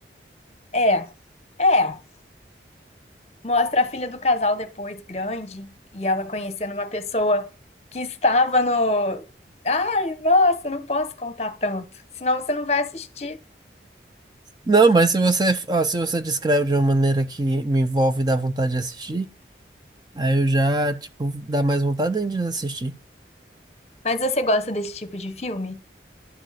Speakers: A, on the left (about 35°); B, on the right (about 25°).
A: É, é. Mostra a filha do casal depois, grande, e ela conhecendo uma pessoa que estava no. Ai, nossa, não posso contar tanto, senão você não vai assistir.
B: Não, mas se você, ó, se você descreve de uma maneira que me envolve e dá vontade de assistir, aí eu já, tipo, dá mais vontade ainda de assistir.
A: Mas você gosta desse tipo de filme?